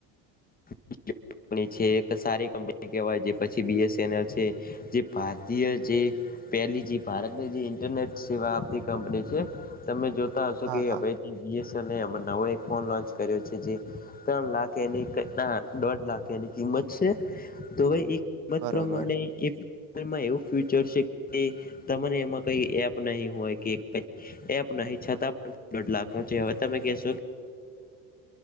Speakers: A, on the left; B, on the right.
A: કંપની છે સારી કપની કેવાય પછી બીએસએનએલ છે જે ભારતીય જે પેલી જે ભારતની જે ઇન્ટરનેટ સેવા આપતી કંપની છે તમે જોતા હશો
B: હા
A: કે હ
B: હા
A: <unintelligible> નવો એક ફોન લોન્ચ કર્યો છે, જે ત્રણ લાખ એની ના દોઢ લાખ એની કિંમત છે, તોવે એ કિંમત
B: બરોબર
A: પ્રમાણે એ એવું ફ્યુચર છે, કે તમારે એમાં કઈ એપ નહી હોય કે એપ નહી છતાં પણ દોઢ લખ ન છે, હવે તમે કેશો